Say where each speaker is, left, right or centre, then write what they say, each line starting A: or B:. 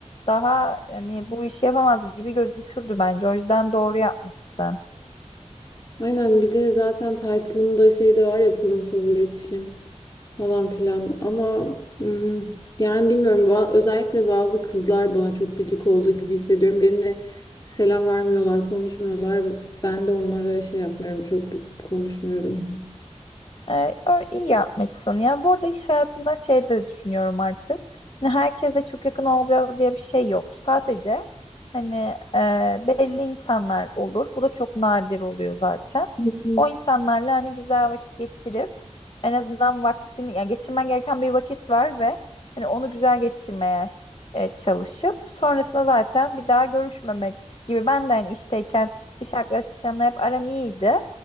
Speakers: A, on the left (about 40°); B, on the left (about 25°).
A: daha yani bu işi yapamaz gibi gözükürdü bence. O yüzden doğru yapmışsın.
B: Aynen bir de zaten title'ımda şey de var ya kurumsal iletişim. falan filan ama mm, yani bilmiyorum Ba- özellikle bazı kızlar bana çok gıcık olduğu gibi hissediyorum. Benimle selam vermiyorlar, konuşmuyorlar. Ben de onlara şey yapmıyorum, çok konuşmuyorum.
A: Ee, ö- iyi yapmışsın ya. Bu arada iş hayatında şey de düşünüyorum artık. Hani herkese çok yakın olacağız diye bir şey yok. Sadece hani e, belli insanlar olur. Bu da çok nadir oluyor zaten.
B: Hı hı.
A: O insanlarla hani güzel vakit geçirip en azından vaktini yani geçirmen gereken bir vakit var ve hani onu güzel geçirmeye e, çalışıp sonrasında zaten bir daha görüşmemek gibi. Ben de hani işteyken iş arkadaşlarımla hep aram iyiydi.